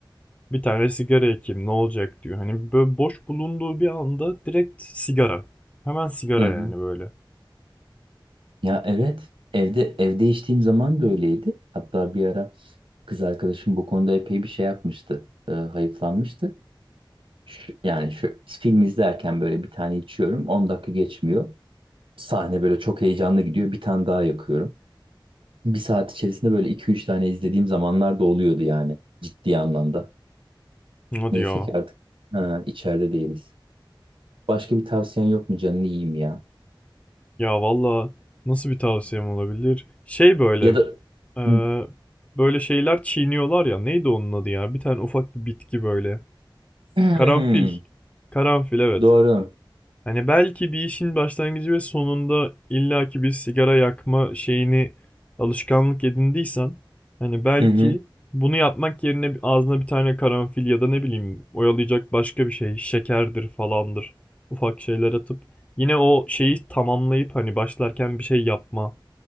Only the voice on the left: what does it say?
bir tane sigara yakayım ne olacak diyor. Hani böyle boş bulunduğu bir anda direkt sigara. Hemen sigara
yani böyle.
Hadi
diyor?
Ya valla nasıl bir tavsiyem olabilir? Şey böyle
e,
böyle şeyler çiğniyorlar ya neydi onun adı ya? Bir tane ufak bir bitki böyle.
Karanfil. Karanfil evet.
Hani belki bir işin başlangıcı ve sonunda illaki bir sigara yakma şeyini alışkanlık edindiysen hani belki
bunu yapmak yerine bir- ağzına bir tane karanfil ya da ne bileyim oyalayacak başka bir şey şekerdir falandır ufak şeyler atıp yine o şeyi tamamlayıp hani başlarken bir şey yapma